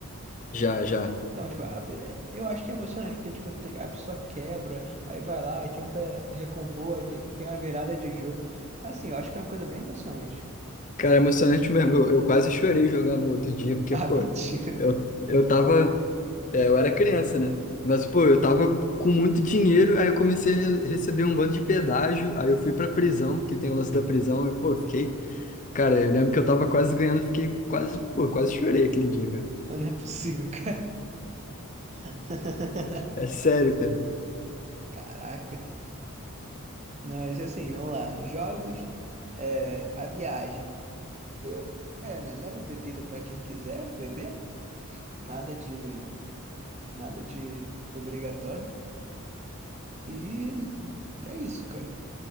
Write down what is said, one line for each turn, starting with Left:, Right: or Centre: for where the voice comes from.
Left: Já, já.
Right: Então, tipo, a- é- eu acho que é emocionante, porque, tipo, te- a pessoa quebra, aí vai lá e tenta recompor, aí tem, tem uma virada de jogo. Assim, eu acho que é uma coisa bem emocionante.
Left: Cara, é emocionante mesmo. Eu, eu quase chorei jogando outro dia, porque,
Right: Ah,
Left: pô,
Right: <laughs> mentira.
Left: eu, eu tava. é, eu era criança, né? Mas, pô, eu tava com muito dinheiro, aí eu comecei a re- receber um bando de pedágio, aí eu fui pra prisão, que tem o lance da prisão, e, pô, eu fiquei. Cara, eu lembro que eu tava quase ganhando, fiquei quase, pô, eu quase chorei aquele dia, cara.
Right: Não é possível, cara. <laughs>
Left: É sério, cara.
Right: Caraca. Mas, assim, vamos lá. Jogos, é, a viagem. Eu, é, né? Leva bebida para quem quiser beber, nada de, nada de obrigatório. E é isso, cara.